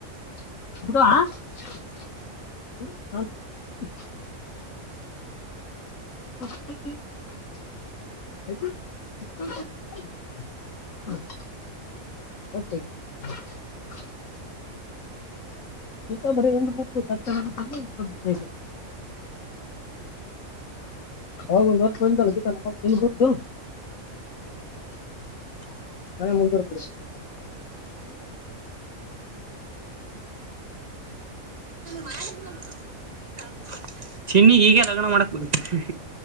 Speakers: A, on the left; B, on the right.
A: ಹ <unintelligible> ಹೊತ್ತ <unintelligible> ತ <unintelligible> ತ್ತೆ <unintelligible> ಇ ಬ ಸಾ ಬ <unintelligible> ಹೌ ಬಧಮ್ಮ ದಿನ ಗೂಟ್ ದ <unintelligible>
B: ಹ <unintelligible>
A: ಹೇ ಮುಂದೂರು ಚ
B: ಆ <unintelligible> ಚಿನ್ನಿ ಹೀಗೆ ಲಗ್ನ ಮಾಡಕ್ಬೋದು <unintelligible>